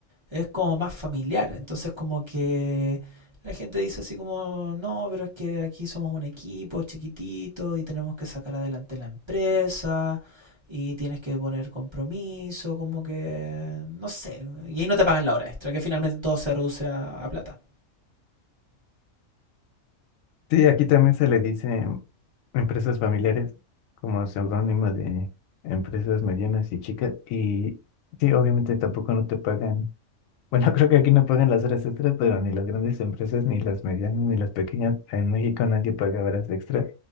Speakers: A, on the right (about 25°); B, on the left (about 85°).
A: es como más familiar. Entonces como que la gente dice así como, no, pero es que aquí somos un equipo chiquitito y tenemos que sacar adelante la empresa y tienes que poner compromiso, como que, no sé. Y ahí no te pagan la hora extra, que finalmente todo se reduce a, a plata.
B: Sí, aquí también se le dice empresas familiares como seudónimo de empresas medianas y chicas. Y sí, obviamente tampoco no te pagan. Bueno, <laughs> creo que aquí no pagan las horas extras, pero ni las grandes empresas, ni las medianas, ni las pequeñas. En México nadie paga horas extras